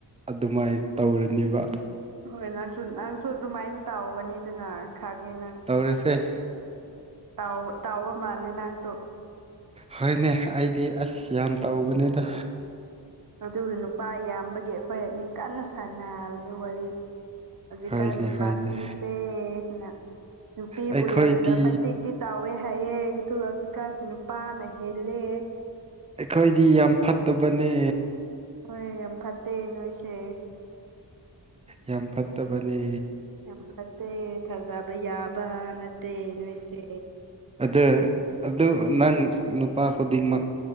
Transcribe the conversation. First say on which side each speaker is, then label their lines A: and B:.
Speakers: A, on the right; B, on the right.
A: ꯑꯗꯨꯃꯥꯏꯅ ꯇꯧꯔꯅꯤꯕ
B: ꯍꯣꯏ ꯅꯪꯁꯨ ꯅꯪꯁꯨ ꯑꯗꯨꯃꯥꯏꯅ ꯇꯥꯎꯒꯅꯤꯗꯅ ꯈꯪꯉꯦ ꯅꯪ
A: ꯇꯧꯔꯁꯦ
B: ꯇꯧ ꯇꯧꯕ ꯃꯥꯜꯂꯦ ꯅꯪꯁꯨ
A: ꯍꯣꯏꯅꯦ ꯑꯩꯗꯤ ꯑꯁ ꯌꯥꯝ ꯇꯧꯕꯅꯤꯗ
B: ꯑꯗꯨꯒꯤ ꯅꯨꯄꯥ ꯌꯥꯝꯕꯒꯤ ꯑꯩꯈꯣꯏ ꯑꯅꯤ ꯀꯟꯅ ꯁꯥꯟꯅꯕꯅꯦ ꯋꯥꯔꯤ ꯍꯧꯖꯤꯛꯀꯥꯟ
A: ꯍꯣꯏꯅꯦ
B: ꯅꯨꯄꯥꯁꯤꯡꯁꯦꯅ
A: ꯍꯣꯏꯅꯦ
B: ꯅꯨꯄꯤꯕꯨ
A: ꯑꯩꯈꯣꯏꯗꯤ
B: ꯌꯥꯝ ꯇꯔꯥꯃꯇꯤꯛꯇꯤ ꯇꯥꯎꯋꯦ ꯍꯥꯏꯌꯦꯦ ꯑꯗꯨꯒ ꯍꯧꯖꯤꯛꯀꯥꯟꯁ ꯅꯨꯄꯥꯅ ꯍꯦꯜꯂꯦ
A: ꯑꯩꯈꯣꯏꯗꯤ ꯌꯥꯝ ꯐꯠꯇꯕꯅꯦ
B: ꯍꯣꯏ ꯌꯥꯝ ꯐꯠꯇꯦ ꯅꯣꯏꯁꯦ
A: ꯌꯥꯝ ꯐꯠꯇꯕꯅꯤ
B: ꯌꯥꯝ ꯐꯠꯇꯦ ꯊꯥꯖꯕ ꯌꯥꯕ ꯅꯠꯇꯦ ꯅꯣꯏꯁꯦ
A: ꯑꯗ ꯑꯗꯨ ꯅꯪ ꯅꯨꯄꯥ ꯈꯨꯗꯤꯡꯃꯛ